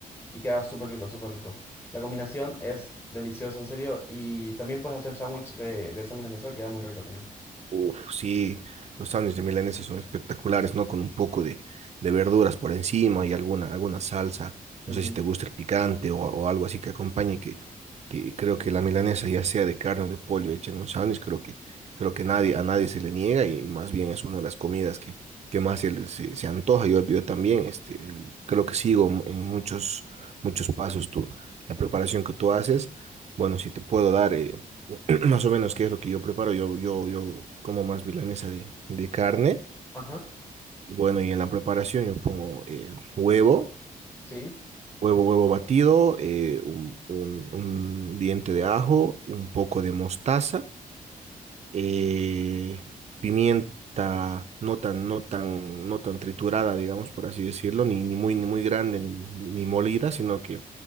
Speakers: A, on the left; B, on the right.
A: Y queda súper rico, súper rico. La combinación es deliciosa, en serio. Y también puedes hacer sándwich de, de esa milanesa y queda muy rico también.
B: Uf, sí, los sándwiches de milanesa son espectaculares, ¿no? Con un poco de, de verduras por encima y alguna, alguna salsa.
A: Ujú.
B: No sé si te gusta el picante o, o algo así que acompañe, que, que creo que la milanesa, ya sea de carne o de pollo, hecha en un sándwich, creo que, creo que nadie, a nadie se le niega y más bien es una de las comidas que, que más se, le- se, se antoja. Yo, yo también, este, el- creo que sigo en muchos, muchos pasos tú, la preparación que tú haces. Bueno, si te puedo dar. eh, <clears throat> Más o menos, ¿qué es lo que yo preparo? Yo, yo, yo como más milanesa de, de carne.
A: Ajá.
B: Bueno, y en la preparación yo pongo eh, huevo,
A: Sí.
B: huevo, huevo batido, eh, un, un- un diente de ajo, un poco de mostaza, eh, pimienta no tan, no tan, no tan triturada, digamos, por así decirlo, ni, ni muy, ni muy grande, ni, ni molida, sino que